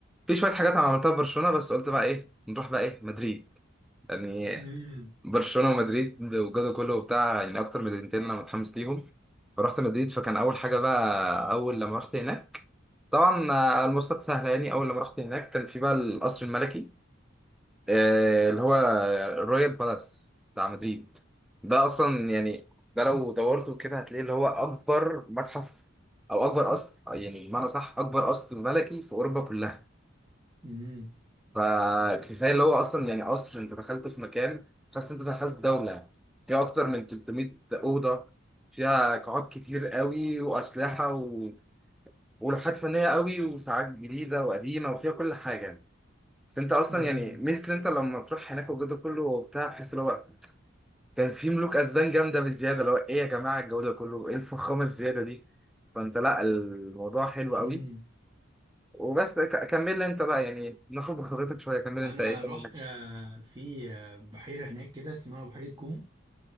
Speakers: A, in the centre; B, on the right.
A: في شويه حاجات انا عملتها في برشلونه بس قلت بقى ايه نروح بقى ايه مدريد يعني
B: امم
A: برشلونه ومدريد والجو كله وبتاع يعني اكتر مدينتين انا متحمس ليهم فرحت مدريد فكان اول حاجه بقى اول لما رحت هناك طبعا آه، المواصلات سهله يعني اول لما رحت هناك كان في بقى القصر الملكي آه، اللي هو الرويال بالاس بتاع مدريد ده اصلا يعني ده لو دورته كده هتلاقيه اللي هو اكبر متحف او اكبر قصر يعني بمعنى صح اكبر قصر ملكي في اوروبا كلها
B: امم
A: فكفايه اللي هو اصلا يعني قصر انت دخلت في مكان حاسس انت دخلت دوله فيها اكتر من 300 اوضه فيها قاعات كتير قوي واسلحه و... ولوحات فنيه قوي وساعات جديده وقديمه وفيها كل حاجه بس انت اصلا
B: امم
A: يعني مثل انت لما تروح هناك والجو ده كله وبتاع تحس اللي هو كان في ملوك اسبان جامده بالزياده اللي هو ايه يا جماعه الجو ده كله ايه الفخامه الزياده دي فانت لا الموضوع حلو قوي
B: امم
A: وبس ك- كمل لي انت بقى يعني ناخد بخبرتك شويه كمل انت
B: انا
A: ايه بقى.
B: رحت آه، في آه، بحيره هناك كده اسمها بحيره كومو